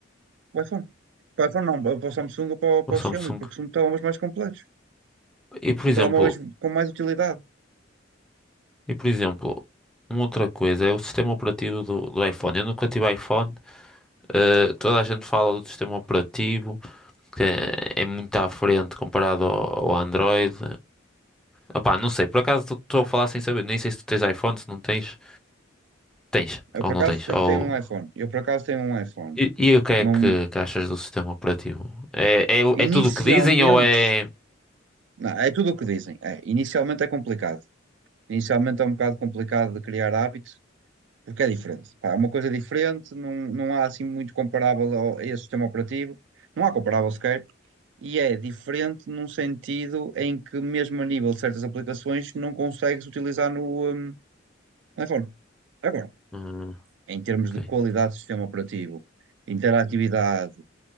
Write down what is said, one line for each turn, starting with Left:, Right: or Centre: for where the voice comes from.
Right: o iPhone. Para o iPhone não, para o Samsung ou para, o
Centre: O
Right: para
Centre: Samsung.
Right: o Xiaomi, porque são telemóveis mais completos.
Centre: E por
Right: São
Centre: exemplo,
Right: telemóveis com mais utilidade.
Centre: e por exemplo, uma outra coisa é o sistema operativo do, do iPhone. Eu nunca tive iPhone, eh, toda a gente fala do sistema operativo, que é, é muito à frente comparado ao, ao Android. Opá, não sei, por acaso estou a falar sem saber, nem sei se tu tens iPhone, se não tens. Tens,
Right: Eu,
Centre: ou
Right: por
Centre: não
Right: acaso,
Centre: tens,
Right: tenho,
Centre: ou
Right: tenho um iPhone. Eu, por acaso, tenho um iPhone.
Centre: E, e o que
Right: Não,
Centre: é que, que achas do sistema operativo? É, é,
Right: inicialmente,
Centre: é tudo o que dizem ou é.
Right: não, é tudo o que dizem. É, inicialmente é complicado. Inicialmente é um bocado complicado de criar hábito, porque é diferente. Pá, é uma coisa diferente, não, não há assim muito comparável ao- a esse sistema operativo, não há comparável sequer, e é diferente num sentido em que, mesmo a nível de certas aplicações, não consegues utilizar no, hum, iPhone. Agora,
Centre: Hum,
Right: em termos
Centre: ok.
Right: de qualidade do sistema operativo, interatividade